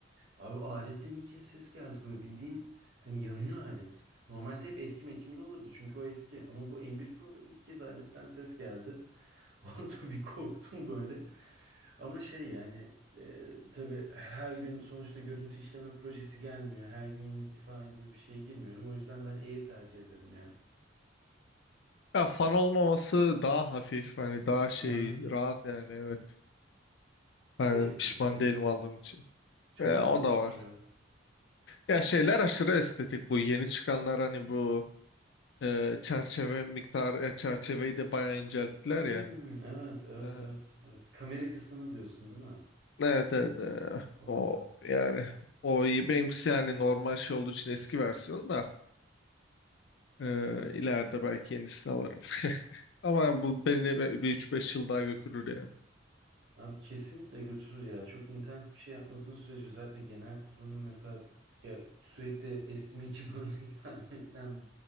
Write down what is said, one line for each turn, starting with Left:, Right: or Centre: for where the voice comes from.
Right: Abi aletten ilk kez ses geldi böyle bildiğin hani yanıyor alet. Normalde hep eski Mac'imde olurdu çünkü o eski. Ama bu M1 Pro'da ilk kez aletten ses geldi. <laughs> Orada bir korktum böyle. Ama şey yani e, tabii her gün sonuçta görüntü işleme projesi gelmiyor. Her gün Unity falan gibi bir şeye girmiyorum. O yüzden ben Air tercih ederim ya.
Left: Ya fan olmaması daha hafif hani daha şey
Right: Evet.
Left: rahat yani evet. Ben
Right: Ve estetik
Left: pişman
Right: ya.
Left: değilim aldığım için.
Right: Çok
Left: E,
Right: estetik
Left: o da var.
Right: duruyor.
Left: Ya şeyler aşırı estetik bu yeni çıkanlar hani bu Ee, çerçeve miktarı, e, çerçeveyi de bayağı incelttiler
Right: Hmm,
Left: ya.
Right: evet, evet,
Left: Ee,
Right: evet, evet. Kamera kısmını diyorsun değil mi?
Left: evet evet. ee,
Right: Oralar.
Left: o yani o iyi. Benimkisi yani normal şey olduğu için eski versiyon da ee, ileride belki yenisini alırım. <laughs> Ama bu beni bir bir 3-5 yıl daha götürür yani.
Right: Abi kesinlikle götürür ya. Çok intens bir şey yapmadığın sürece özellikle genel kullanım mesela ya sürekli eski mekim <laughs> örnek vermekten